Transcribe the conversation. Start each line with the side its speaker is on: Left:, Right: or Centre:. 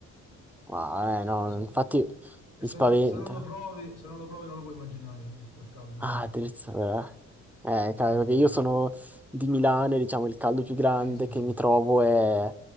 Centre: Ah, eh,
Left: Qualcosa
Centre: no, infatti
Left: che
Centre: mi
Left: se,
Centre: spaventa.
Left: no- se non lo provi, se non lo provi non lo puoi immaginare, quel caldo che
Centre: Ah,
Left: fa lì.
Centre: terza... Eh, Eh,
Left: No,
Centre: cavolo,
Left: no,
Centre: perché
Left: no.
Centre: io sono
Left: no.
Centre: di Milano e diciamo il caldo più grande
Left: Sì, sì,
Centre: che
Left: sì.
Centre: mi trovo è